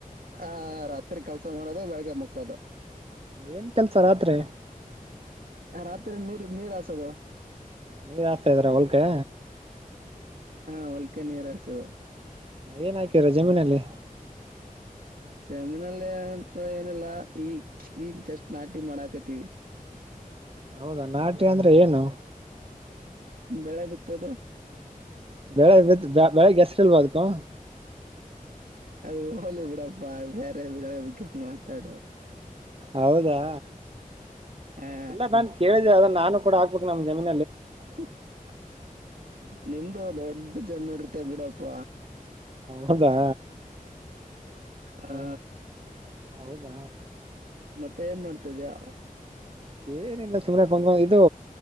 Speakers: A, on the right (about 70°); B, on the right (about 40°).
A: ಆ ರಾತ್ರಿ ಕೆಲ್ಸ ಮಾಡೋದು ಬೆಳಗ್ಗೆ ಮುಕ್ಕೋದು
B: ಏನ್ ಕೆಲ್ಸ ರಾತ್ರಿ
A: ರಾತ್ರಿ ನೀರು ನೀರ್ಹಸದು
B: ನೀರ ಹಸ್ತಾ ಇದ್ರ ಹೋಲ್ಕೆ
A: ಹಾ ಹೊಲ್ಕೆ ನೀರಕ್ಸೋದು.
B: ಏನ್ ಹಾಕೀರ ಜಮೀನಲ್ಲಿ.
A: ಸೆಮಿನಲ್ಲ ಅಂತ ಏನಿಲ್ಲಾ ಈಗ್ ಈಗ್ ಜಸ್ಟ್ ನಾಟಿ ಮಾಡಾಕತಿವಿ.
B: ಹೌದಾ ನಾಟಿ ಅಂದ್ರೆ ಏನು.
A: ಬೆಳೆ ಬಿತ್ತೋದು.
B: ಬೆಳೆ ಬಿತ್ ಬೇಳೆಗ್ ಹೆಸ್ರಿಲ್ವ ಅಂದ್ಕು.
A: ಅದು ಹೋಲಿ ಬಿಡಪ್ಪ ಬೇರೆ ಬಗ್ಗೆ ಮಾತಾಡು.
B: ಹೌದಾ
A: ಆ
B: ಇಲ್ಲ ನಾನ್ ಕೇಳ್ ಅದ ನಾನು ಕೂಡ ಹಕ್ಬೇಕು ನಮ ಜಮೀನ್
A: ಹ ಹ ನಿಂದ್ ದೊಡ್ ಜಮೀನ್ ಇರ್ತೇ ಬಿಡಪ್ಪ.
B: ಹೌದಾ ಹ್ಮ
A: ಆ
B: ಹೌದಾ
A: ಮತ್ತೆ ಏನ್ ಮಾಡ್ತಿದ್ಯಾ.
B: ಏನಿಲ್ಲ ಸುಮ್ನೆ ಬಂನ್ವು ಇದು